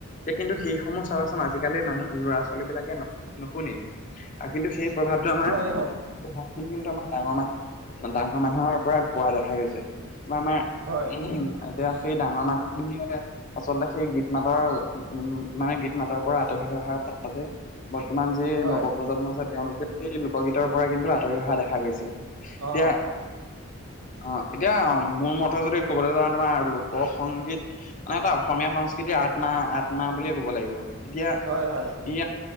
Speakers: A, on the left; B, on the right.
A: এই কিন্তু সেইসমূহ চাবাচোন আজিকালিৰ মানুহ ল'ৰা-ছোৱালী বিলাকে নুশুনেই আৰু কিন্তু সেই প্ৰভাৱটো আমাৰ
B: হয় হয়
A: সেই প্ৰভাৱ খিনি কিন্তু আমাৰ ডাঙৰ মানুহ ডাঙৰ মানুহৰ পৰাই পোৱা দেখা গৈছে বা আমাৰ
B: হয়
A: এতিয়া সেই ডাঙৰ মানুহখিনিয়ে আচলতে সেই গীত মাতৰ উ, মানে গীত মাতৰ পৰা আঁতৰি অহাৰ ফলতে। বৰ্তমান যি
B: হয়
A: নৱপ্ৰজন্ম আছে তেওঁলোকে সেই লোকগীতৰ পৰা কিন্তু আঁতৰি অহা দেখা গৈছে। এতিয়া
B: অ
A: অ', এতিয়া মোৰ মতে যদি ক'বলৈ যাওঁ তোমাৰ লোক সংগীত। মানে এটা অসমীয়া সংস্কৃতিৰ আত্মা আত্মা বুলিয়ে ক'ব লাগিব। এতিয়া
B: হয়, হয়।
A: ইয়াৰ